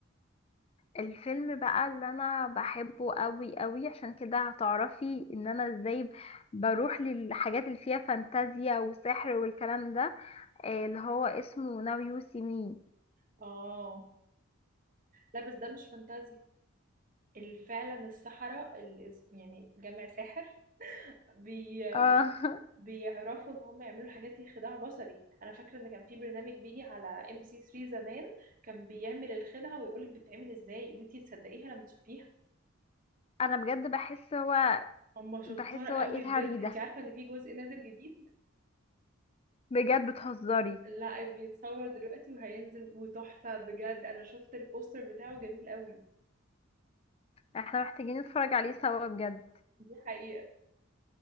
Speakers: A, on the left; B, on the right.
A: الفيلم بقى اللي انا بحبه قوي قوي عشان كده هتعرفي ان انا ازاي بروح للحاجات اللي فيها فانتازيا وسحر والكلام ده آه، اللي هو اسمه ناو يو سي مي
B: اه لا بس ده مش فانتازيا ال- فعلا السحرة ال- يعني جمع ساحر بي
A: اه
B: بيعرفوا ان هم يعملوا الحاجات دي خداع بصري انا فاكره ان كان في برنامج بيجي على ام بي سي 3 زمان كان بيعمل الخدعه ويقولك بتتعمل ازاي وانتي تصدقيها لما تشوفيها
A: <laughs> انا بجد بحس هو
B: هم شطار
A: بحس
B: قوي
A: هو ايه الهري
B: بجد
A: ده
B: انتي عارفه ان في جزء نازل جديد
A: بجد بتهزري
B: لا بيتصور دلوقتي وهينزل وتحفة بجد أنا شفت البوستر بتاعه جميل قوي
A: احنا محتاجين نتفرج عليه سوا بجد
B: دي حقيقة